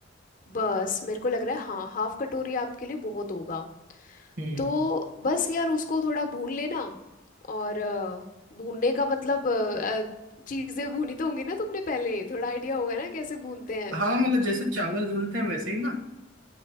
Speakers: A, on the left (about 40°); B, on the right (about 65°).
A: बस मेरे को लग रहा है हाँ हाफ कटोरी आपके लिए बहुत होगा
B: हम्म
A: तो बस यार उसको थोड़ा भून लेना और अ, भूनने का मतलब चीज़ें भूनी तो होंगी ना तुमने पहले थोड़ा आइडिया होगा ना कैसे भूनते हैं।
B: हाँ मतलब जैसे चावल धुलते हैं वैसे ही ना